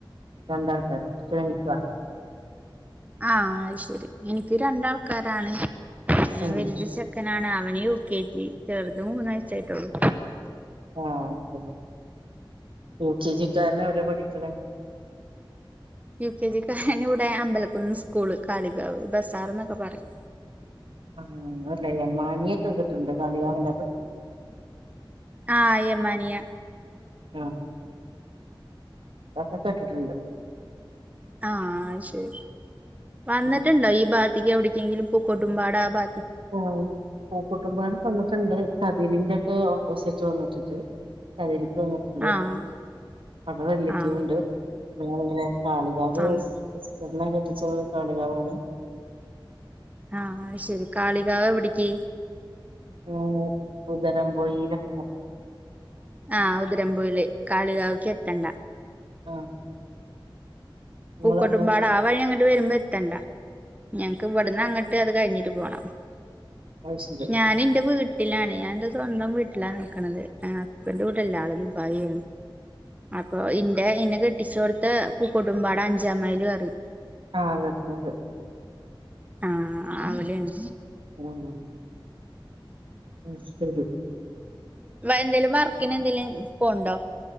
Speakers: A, on the right (about 80°); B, on the right (about 15°).
A: രണ്ടൾണ്കാരൊ <unintelligible>
B: ആഹ് അത്‌ ശരി എനിക്ക് രണ്ടാൾക്കാരാണ്
A: ഉം
B: വലിത് ചെക്കൻ നാണ് അവന് യു കെ ജി ചെറുത് മൂന്ന് വയസായിട്ടുള്ളു
A: ആഹ് <unintelligible> യു കെ ജിക്കാരന് എവിടെ പഠിക്കണ്
B: യു കെ ജി ക്കാരന് ഇവിടെ അമ്പലക്കുന്ന് സ്കൂള് കാളികാവ് ബസാർന്നൊക്കെ പറയും
A: ആ അല്ല മനിയൊക്കെ കിട്ടണ്ട് കാളികാവ്
B: ആഹ് യ്യമാനിയ
A: ആ കസച്ചട്ടിട്ടുണ്ട്
B: ആഹ് ശരി വന്നിട്ടുണ്ടോ
A: ഉം
B: ഈ ഭാ ക്കെവിക്കെങ്കിലും പൂക്കോടുംമ്പാടാഭാ
A: ആ പൂകൊട്ടുമ്പാടം വന്നിട്ട്ണ്ട് ഇതിന്റെക്കെ ഓപ്പോസിറ്റ് വന്നിട്ടുണ്ട് കലരിക്ക് വന്നിട്ടുണ്ട്
B: ആഹ്
A: അവ്ട്പാലിയെറ്റീവ്ണ്ട്
B: ആഹ്
A: ഞങ്ങള്ങ്ങനെ കാളികാവ്
B: ആഹ്
A: സിസ്റ്ററിനെ പഠിച്ചത് കാളികാവാണ്.
B: ആ ആഹ് ശെരി കാളികാവ് എവിടിക്കി
A: ഉ ഉദരം പോയിനൊക്കെ പറിം
B: ആ ഉതിരംമ്പൂല് കാളികാവക്കെത്തണ്ട
A: ആഹ് നിങ്ങളവിടെ
B: പൂക്കോട്ടുംപാട ആ വഴി അങ്ങനെ വരുമ്പോ എത്തണ്ട ഞങ്ങക്കവിടന്ന് അങ്ങട്ട് അത് കഴിഞ്ഞിട്ട് പോണം
A: അത് ശരി
B: ഞാൻന്റെ വീട്- വീട്ടിലാണ് ഞാൻന്റെ സ്വന്തം വീട്ടിലാ നിക്കണത് എ ഹസ്ബെന്റിവടല്ല ആള് ദുബായിയാണ്. അപ്പൊ ഇന്റെ ഇന്നെ കെട്ടിചോട്‌ത്ത് പൂക്കടുംമ്പാട അഞ്ചാമൈൽ പറിയിം
A: ആഹ് കേട്ടിട്ട്ണ്ട്
B: ആഹഹ് അവിടേണ്
A: ഉം അയ് ശരി
B: വ എന്തേലും വർക്കിന് എന്തിനെലും പോണ്ടോ